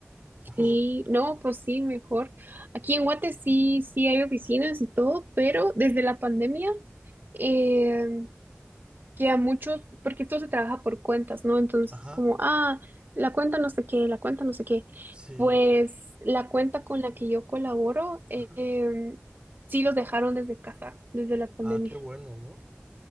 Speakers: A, on the right (about 20°); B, on the right (about 45°).
A: <laughs>
B: sí, no, pues sí, mejor. Aquí en Guate sí, sí hay oficinas y todo, pero desde la pandemia, eh, que a muchos, porque esto se trabaja por cuentas, ¿no? Entonces,
A: Ajá.
B: como, ah, la cuenta no sé qué, la cuenta no sé qué.
A: Sí.
B: Pues la cuenta con la que yo colaboro, eh,
A: Ajá.
B: em, sí los dejaron desde casa, desde la pandemia.
A: Ah, qué bueno, ¿no?